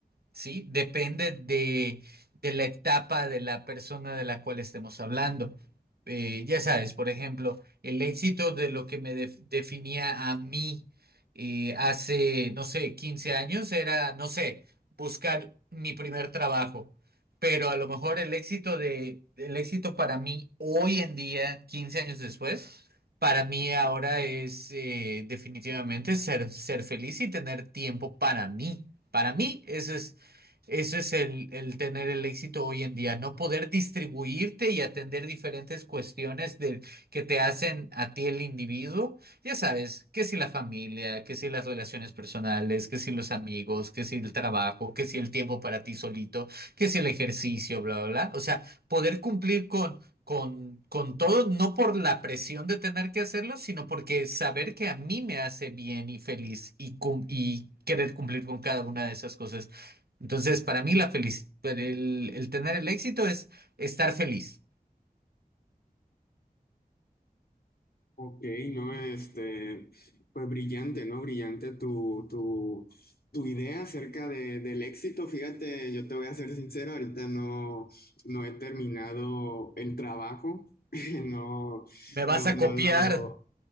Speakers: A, on the right; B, on the left.
A: ¿sí? Depende de, de la etapa de la persona de la cual estemos hablando. Eh, ya sabes, por ejemplo, el éxito de lo que me def- definía a mí eh, hace, no sé, 15 años era, no sé, buscar mi primer trabajo. Pero a lo mejor el éxito de, el éxito para mí hoy en día, 15 años después, para mí ahora es eh, definitivamente ser, ser feliz y tener tiempo para mí. Para mí, eso es eso es el, el tener el éxito hoy en día, no poder distribuirte y atender diferentes cuestiones de, que te hacen a ti el individuo. Ya sabes, que si la familia, que si las relaciones personales, que si los amigos, que si el trabajo, que si el tiempo para ti solito, que si el ejercicio, bla, bla, bla. O sea, poder cumplir con, con, con todo, no por la presión de tener que hacerlo, sino porque saber que a mí me hace bien y feliz y, cum- y querer cumplir con cada una de esas cosas. Entonces, para mí la felicidad, el, el tener el éxito es estar feliz.
B: Ok, no, este, pues brillante, ¿no? Brillante tu, tu, tu idea acerca de, del éxito. Fíjate, yo te voy a ser sincero, ahorita no, no he terminado el trabajo, <laughs> no,
A: ¿Me
B: no,
A: vas a
B: no
A: copiar?
B: lo,